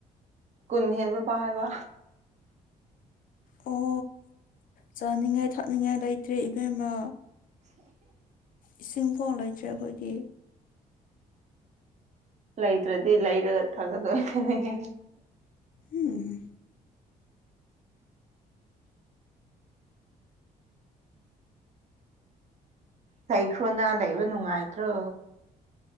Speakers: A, on the right; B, on the left.
A: ꯀꯨꯟ ꯍꯦꯟꯕ ꯄꯥꯎ ꯍꯥꯏꯕ
B: ꯑꯣ ꯆꯥꯅꯤꯡꯉꯥꯏ ꯊꯛꯅꯤꯡꯉꯥꯏ ꯂꯩꯇ꯭ꯔꯦ ꯏꯕꯦꯝꯃ ꯏꯁꯤꯡ ꯐꯥꯎ ꯂꯩꯇ꯭ꯔꯦ ꯑꯩꯈꯣꯏꯗꯤ
A: ꯂꯩꯇ꯭ꯔꯗꯤ ꯂꯩꯔꯒ ꯊꯥꯒꯛꯗꯕꯅꯤꯅꯦ
B: ꯎꯝ꯫
A: ꯂꯩꯈ꯭ꯔꯣꯅ ꯂꯩꯕ ꯅꯨꯡꯉꯥꯏꯇ꯭ꯔꯣ